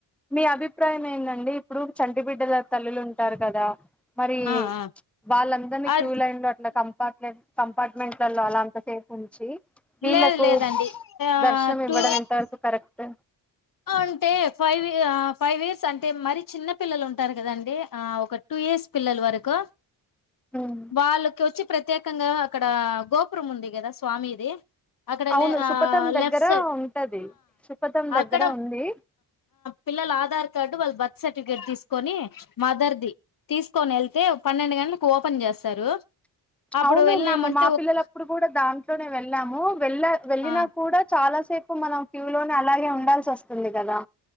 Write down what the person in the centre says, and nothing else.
మీ అభిప్రాయం ఏందండి ఇప్పుడు చంటిబిడ్డల తల్లులు ఉంటారు కదా మరి
వాళ్ళందరినీ
క్యూ లైం లో అట్లా కంపట్లేడి కంపార్ట్మెంట్లలో అలాంత సేపు ఉంచి వీళ్ళలకు
దర్శనం
ఇవ్వడం ఎంత వరకు కరెక్ట్
హ్మ్
అవును సుపథం దగ్గర
ఉంటది సుపథం దగ్గర
ఉంది
అవును
మేము మా పిల్లలప్పుడు
కూడా దాంట్లోనే వెళ్ళాము వెళ్ళ వెళ్ళిన
కూడా చాలా సేపు మనం క్యూ లోనే అలాగే ఉండాల్సి వస్తుంది కదా